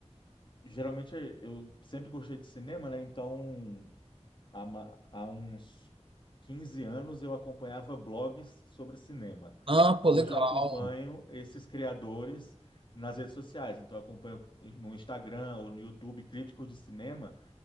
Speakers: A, on the left (about 45°); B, on the right (about 50°).
A: Geralmente, eu sempre gostei de cinema, né? Então, há, ma- há uns 15 anos eu acompanhava blogs sobre cinema.
B: Ah, pô,
A: Hoje
B: legal.
A: eu acompanho esses criadores nas redes sociais. Então, eu acompanho no Instagram ou no YouTube críticos de cinema